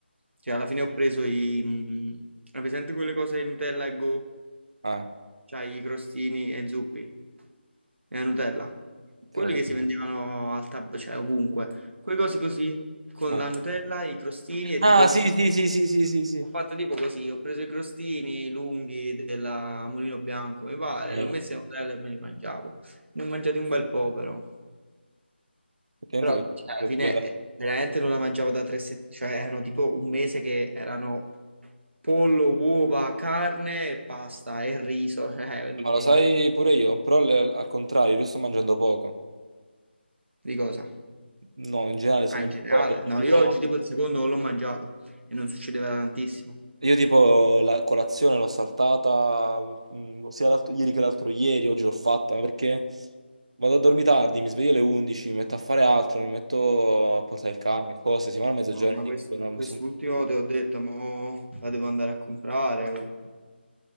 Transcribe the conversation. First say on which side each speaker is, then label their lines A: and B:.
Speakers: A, on the right; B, on the right.
A: cioè alla fine ho preso i... mh, Hai presente quelle cose di Nutella e Go?
B: eh,
A: Cioè i crostini e zuppi e la Nutella.
B: te
A: Quelli
B: lo so,
A: che si vendevano al tab, cioè ovunque. Quelle cose così, con
B: eh.
A: la Nutella, i crostini e
B: Ah,
A: tipo il
B: sì,
A: succo.
B: sì, sì, sì, sì, sì, sì.
A: Ho fatto tipo così, ho preso i crostini lunghi della Mulino Bianco, mi pare,
B: No.
A: li ho messi a Nutella e me li mangiavo. Ne ho mangiati un bel po' però.
B: Effettivamente
A: Però
B: dov-
A: cioè, alla fine
B: dovrebbe andare.
A: eh, veramente non la mangiavo da tre settimane, cioè erano tipo un mese che erano pollo, uova, carne e pasta e riso, <laughs> cioè, quindi,
B: Ma lo sai pure io, però le- al contrario, io sto mangiando poco.
A: di cosa?
B: No, in generale sto
A: Ah,
B: mangiando
A: in generale.
B: poco.
A: No,
B: Tipo...
A: io oggi tipo il secondo non l'ho mangiato e non succedeva da tantissimo.
B: Io tipo la colazione l'ho saltata mm, sia l'altro- ieri che l'altro ieri, oggi l'ho fatta ma perché vado a dormire tardi, mi sveglio alle 11, mi metto a fare altro, mi metto a portare il cane, cose, si vanno a mezzogiorno
A: No, ma
B: e
A: quest-
B: dico, no, mi
A: quest'ultimo
B: sono...
A: te ho detto, mo la devo andare a comprare o